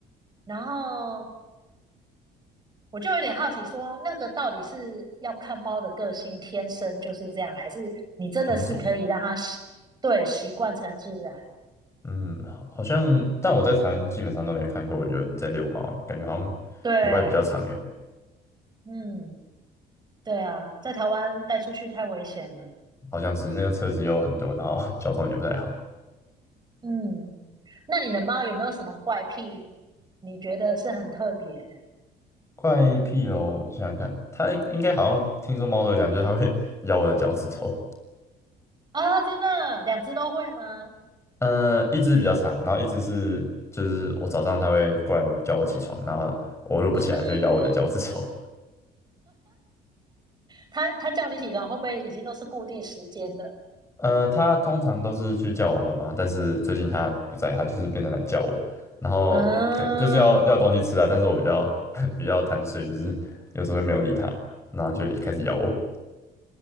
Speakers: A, on the right; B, on the left.
A: 然后我就有点好奇说那个到底是要看猫的个性天生就是这样，还是你真的是可以让它习，
B: 品种，
A: 对，习惯成自然？
B: 嗯，好好像，但我在台湾基本上都没有看过有人在遛猫欸，感觉好像国外比较常有，
A: 对，嗯，对啊，在台湾带出去太危险了。
B: 好像是那个车子有很多，然后 <laughs> 交通也不太好。
A: 嗯，那你的猫有没有什么怪癖？你觉得是很特别的
B: 怪癖哦，想想看，它应该好像听说猫都会讲，就是它会 <laughs> 咬我的脚趾头。
A: 啊？真的，两只都会吗？
B: 呃，一只比较长，然后一只是就是我早上它会过来叫我起床，然后我如果不起来就咬我的脚趾头。
A: 嗯，它它叫你起床，会不会已经都是固定时间的？
B: 呃，它通常都是去叫我妈妈，但是最近它不在，它就是变成来叫我，然后呃跟就是要要东西吃啊，
A: 嗯，
B: 但是我比较 <laughs> 比较贪睡，就是有时候会没有理它，然后就开始咬我。